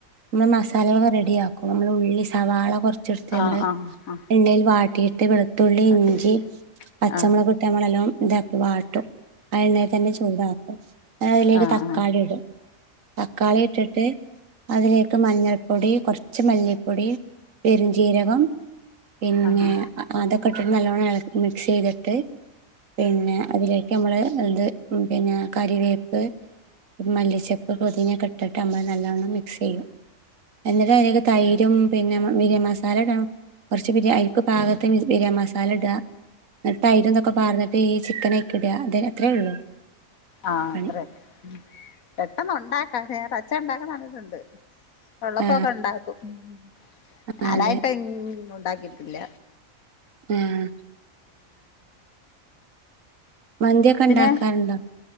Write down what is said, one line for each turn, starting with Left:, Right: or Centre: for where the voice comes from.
Right: നമ്മള് മസാലൊക്കെ റെഡിയക്കും നമ്മൾ ഉള്ളി സവാള കുറച്ച് ണ്ട്ത് നമ്മള്
Left: ആ ആ ആ
Right: എണ്ണയിൽ വ ട്ടിയിട്ട് വെളുത്തുള്ളി,
Left: കാട്ടി
Right: ഇഞ്ചി, പച്ചമുളക്,
Left: ആ
Right: ഇട്ട് നമ്മളെല്ലാം ഇതാക്കി വാട്ടും. ആ എണ്ണയിൽ തന്നെ ചൂടാക്കും അതിലേക്ക്
Left: ആ ആ ആ ആ
Right: തക്കാളി ഇടും. തക്കാളി ഇട്ടിട്ട് അതിലേക്ക് മഞ്ഞൾപ്പൊടി, കുറച്ച് മല്ലിപ്പൊടി, പെരി ജീരകം, പിന്നെ
Left: ആ ആ ആ
Right: അതൊക്കെ ഇട്ടിട്ട് നല്ലവണ്ണം ഇളക്കി മിക്സ് ചെയ്തിട്ട് പിന്നെ അതിലേക്ക് നമ്മള് ഇത് പിന്നെ കറിവേപ്പ് മല്ലിച്ചെപ്പ്, പുതിനൊക്കെ ഇട്ടിട്ട് നമ്മൾ നല്ലോണ്ണം മിക്സ് ചെയ്യും എന്നിട്ട് അയിലെക്ക് തൈരും പിന്നെ പിരിയംമസ മസാല ഇടാണം കുറച്ച് പിരിയം അയിലേക്ക് പാകത്തിന് പിരിയം മസാല ഇടാ എന്നിട്ട് തൈരൊന്നൊക്കെ പാറഞ്ഞിട്ട് ഈ ചിക്കനോക്കിട അതെ അത്രേ ഉള്ളൂ
Left: ആഹ്
Right: പണി
Left: അത്രേ ഉം പെട്ടെന്ന് ഉണ്ടാക്കാ വേറെ അച്ഛ ഉണ്ടാക്കാന്ന കണ്ടിട്ടുണ്ട് ഉള്ളപ്പൊക്കെ
Right: ആ
Left: ഉണ്ടാക്കും ഉം ഉം
Right: ആ,
Left: ഞാനായിട്ട്
Right: അതെ
Left: ഇന് ഉണ്ടാക്കിട്ടില്ല
Right: ആഹ് മന്തിയൊക്കെ
Left: പിന്നെ
Right: ഉണ്ടാക്കാറുണ്ടോ